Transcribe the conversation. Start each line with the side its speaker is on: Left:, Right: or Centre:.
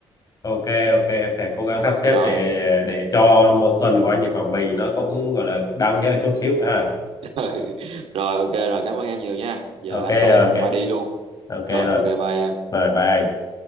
Left: ok ok em sẽ cố gắng sắp xếp
Right: Rồi,
Left: để ờ, để cho một tuần của anh ở Quảng Bình nó cũng gọi là đáng nhớ chút xíu ha
Right: <laughs> rồi, ok, rồi, cảm ơn em nhiều nha. Giờ
Left: ok
Right: anh có việc
Left: ok
Right: cũng phải đi luôn.
Left: ok rồi
Right: Rồi, ok, bye em.
Left: rồi bye